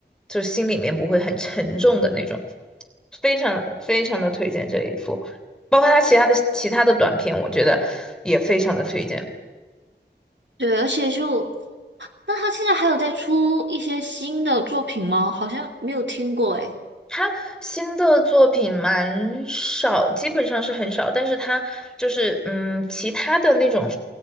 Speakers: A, in the centre; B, on the right.
A: 就心里面不会很沉重的那种，非常非常的推荐这一部，包括他其他的其他的短片，我觉得也非常的推荐。
B: 对，而且就，那他现在还有在出一些新的作品吗？好像没有听过诶。
A: 他新的作品蛮少，基本上是很少，但是他就是嗯，其他的那种